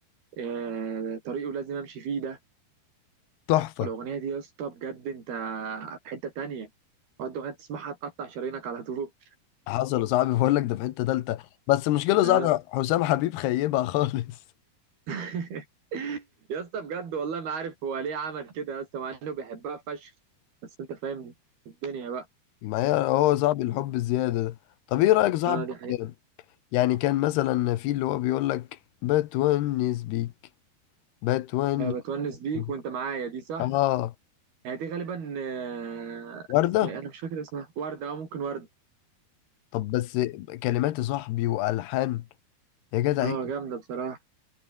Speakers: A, on the right (about 75°); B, on the left (about 85°).
A: آه، طريقي ولازم امشي فيه ده
B: تحفه
A: الاغنيه دي يا اسطى بجد انت في حته تانية اقعد اغنيه تسمعها تقطع شرايينك على طول
B: حصل يا صاحبي بقول لك ده في حته تالته بس المشكله يا صاحبي
A: آه.
B: حسام حبيب خيبها خالص <laughs>
A: <laughs> يا اسطى بجد والله ما عارف هو ليه عمل كده يا اسطى مع انه بيحبها فشخ بس انت فاهم الدنيا بقى
B: ما هي هو صاحبي الحب الزياده ده طب ايه رايك يا صاحبي
A: اه دي حقيقة
B: يعني كان مثلا في اللي هو بيقول لك بتونس بيك بتونس
A: آه بتونس بيك
B: بيك.
A: وانت معايا دي صح
B: اه
A: هي دي غالبا آه
B: وردة
A: اسمها ايه؟ انا مش فاكر اسمها وردة اه ممكن وردة
B: طب بس كلمات يا صاحبي والحان يا جدع
A: اه
B: إيه؟
A: جامدة بصراحة